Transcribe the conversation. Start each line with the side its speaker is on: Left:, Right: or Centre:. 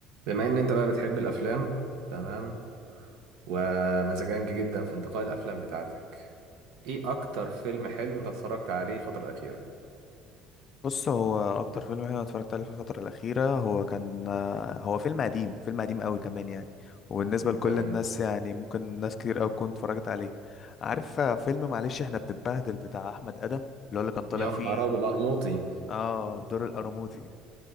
Right: بما ان انت بقى بتحب الافلام تمام ومزاجنج جدا في انتقاء الافلام بتاعتك ايه اكتر فيلم حلو انت اتفرجت عليه الفترة الاخيرة
Left: بص هو اكتر فيلم انا اتفرجت عليه في الفتره الاخيره هو كان هو فيلم قديم فيلم قديم قوي كمان يعني وبالنسبه لكل
Right: تمام
Left: الناس يعني ممكن ناس كتير قوي تكون اتفرجت عليه عارف فيلم معلش احنا بنتبهدل بتاع احمد ادم اللي هو اللي كان طالع
Right: يا
Left: فيه
Right: نهار ابيض القرموطي
Left: اه بدور القرموطي